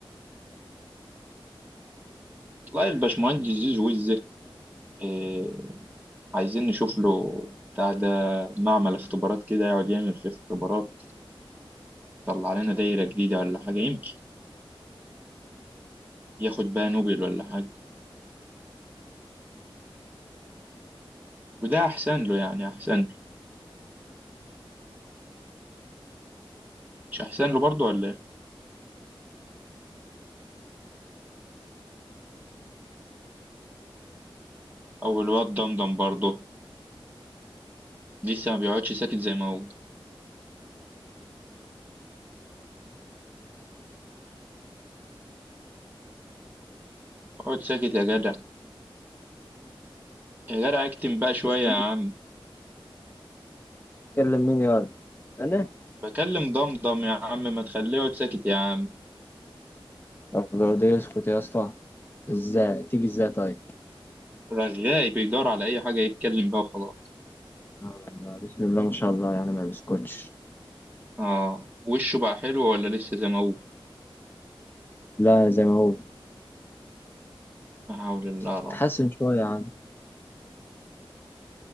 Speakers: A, on the right; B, on the left.
A: والله الباشمهندس زيزو وزة إيه عايزين نشوف له بتاع ده معمل اختبارات كده يقعد يعمل فيه اختبارات يطلع لنا دايرة جديدة ولا حاجة يمكن ياخد بقى نوبل ولا حاجة وده أحسن له يعني أحسن له مش أحسن له برضه ولا إيه؟ أو الواد دمدم برضه لسه ما بيقعدش ساكت زي ما هو اقعد ساكت يا جدع يا جدع اكتم بقى شوية
B: مش كنت
A: يا عم
B: تتكلم مين يا ولد انا
A: بكلم دمدم يا عم ما تخليه يقعد ساكت يا عم
B: طب لو ده يسكت يا اسطى ازاي تيجي ازاي طيب
A: رغاي بيدور على أي حاجة يتكلم بقى وخلاص
B: آه، بسم الله ما شاء الله يعني ما بيسكتش
A: آه وشه بقى حلو ولا لسه زي ما هو
B: لا زي ما هو
A: لا حول الله
B: تتحسن
A: رب
B: شوية يا عم